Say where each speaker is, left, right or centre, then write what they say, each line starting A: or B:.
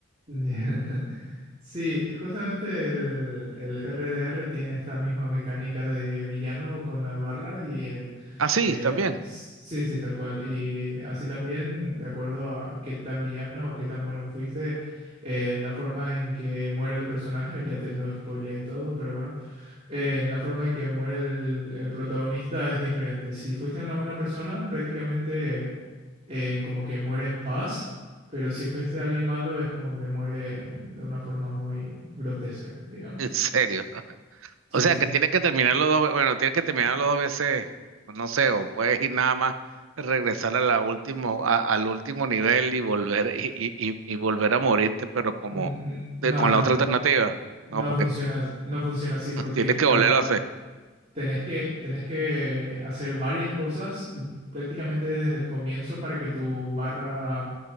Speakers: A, on the right; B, on the right.
A: Ya. <laughs> Sí, justamente el, el RDR tiene esta misma mecánica de villano con la barra y el...
B: Así
A: eh,
B: también,
A: sí, sí, tal cual. Y así también, de acuerdo a qué tan villano o qué tan bueno fuiste, eh, la forma en que muere el personaje, ya te lo spoileé todo, pero bueno, eh, la forma en que muere el, el protagonista es diferente. Si fuiste una buena persona, prácticamente eh, como que muere en paz, pero si fuiste alguien malo es como que muere de una forma muy grotesca,
B: <laughs>
A: digamos.
B: en serio. O
A: Sí,
B: sea,
A: sí.
B: que tienes que terminarlo dos, ve- bueno, tienes que terminarlo dos veces, o no sé, o puedes ir nada más, regresar a la último, a- al último nivel y volver, y, y, y- y volver a morirte, pero como
A: Mm, No,
B: de- con
A: no,
B: la otra
A: no,
B: alternativa.
A: no. No
B: No, porque
A: funciona,
B: t-
A: no funciona así porque
B: <laughs> tienes
A: tarda,
B: que volverlo a hacer.
A: tenés que, tenés que hacer varias cosas mm, prácticamente desde el comienzo para que tu barra